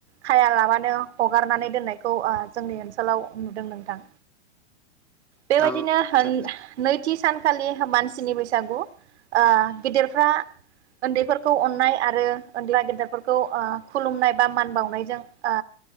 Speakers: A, on the right (about 70°); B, in the centre.
A: खाया लाबानो हगारनानै दोननायखौ ओ जोंनि ओनसोलाव नुदों नोंथां। बेबायदिनो
B: औ औ आतसा आतसा
A: नैथि सान खालि मानसिनि बैसागु ओ गेदेरफ्रा उन्दैफोरखौ अननाय आरो अनदैया गेदेरफोरखौ औ ओ खुलुमनाय बा मान बावनायजों ओ